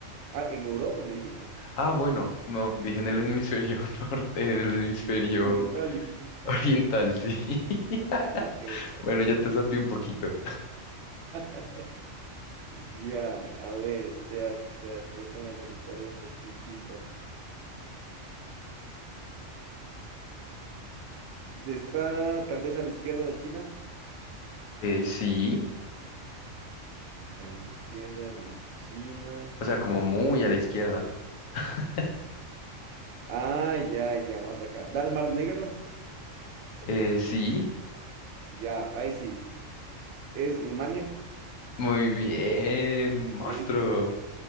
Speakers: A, on the right; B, on the left.
A: ah, en Europa me dijiste,
B: Ah, bueno, no, dije en el hemisferio <laughs> norte, en el hemisferio
A: oriental dijiste.
B: oriental, sí. <laughs>
A: <laughs> Qué vergüenza.
B: Bueno, ya te sapié un poquito.
A: <laughs> Ya, a ver, espérate, espérate, déjame analizar un poquitito. Está tal vez a la izquierda de China,
B: Eh, sí,
A: a la izquierda de China.
B: o sea, como muy a la izquierda. <laughs>
A: Ah, ya, ya, más acá. ¿Da al Mar Negro?
B: Eh, sí,
A: Ya, ahí sí. ¿Es Rumania?
B: muy bien,
A: Perfecto,
B: monstruo.